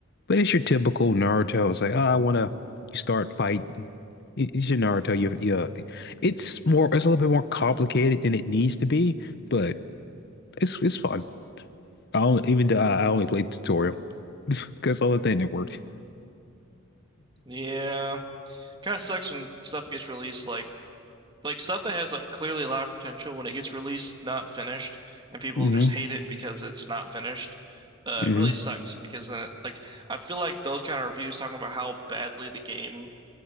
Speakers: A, on the left; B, on the right.
A: But it's your typical Naruto. It's like, oh, I want to start fight. It- It's your Naruto. You, yeah. It's more, it's a little bit more complicated than it needs to be, but it's it's fun. I only, even though I I only played tutorial <laughs> because that's the only thing that worked.
B: yeah. Kind of sucks when stuff gets released like Like stuff that has like clearly a lot of potential when it gets released, not finished, and people
A: hmm
B: just hate it because it's not finished. Uh,
A: hmm
B: it really sucks because then it, like I feel like those kind of reviews talking about how badly the game